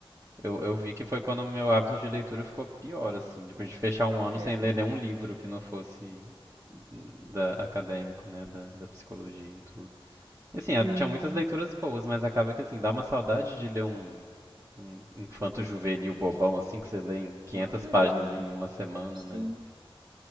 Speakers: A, on the right; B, on the right.
A: Eu, eu vi que foi quando o meu hábito de leitura ficou pior, assim, tipo, de fechar um ano
B: É,
A: sem ler nenhum livro que não fosse da, acadêmico, né, da, da psicologia e tudo. E, assim,
B: sim.
A: era- tinha muitas leituras boas, mas acaba que, assim, dá uma saudade de ler um, um infanto-juvenil bobão, assim, que você lê em 500
B: Claro,
A: páginas em uma semana,
B: sim.
A: né?